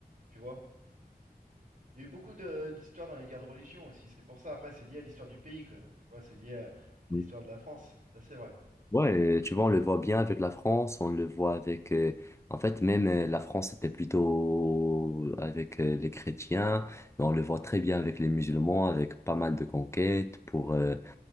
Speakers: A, on the right (about 55°); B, on the left (about 15°).
A: tu vois. Il y a eu beaucoup de d'histoires dans les guerres de religion aussi, c'est pour ça. Après, c'est lié à l'histoire du pays, quoi. Tu vois, c'est lié à, à
B: Mm.
A: l'histoire de la France. Ça, c'est vrai.
B: Ouais, euh, tu vois, on le voit bien avec la France, on le voit avec... euh, en fait, même euh, la France était plutôt avec euh, les chrétiens, mais on le voit très bien avec les musulmans, avec pas mal de conquêtes pour... euh,